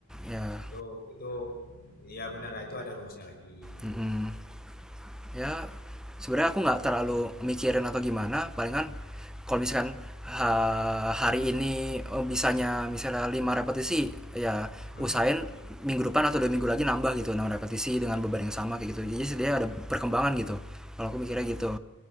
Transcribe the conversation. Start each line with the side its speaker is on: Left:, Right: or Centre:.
Centre: ya.
Left: Itu itu ya benar itu ada rumusnya lagi
Centre: mm-mm.
Left: gitu.
Centre: Ya sebenarnya aku nggak terlalu mikirin atau gimana, palingan kalau misalkan ha- hari ini oh, bisanya misalnya 5 repetisi ya
Left: Hmm.
Centre: usahain minggu depan atau dua minggu lagi nambah gitu 6 repetisi dengan beban yang sama kayak gitu jadi sebenarnya ada perkembangan gitu kalau aku mikirnya
Left: Hmm.
Centre: gitu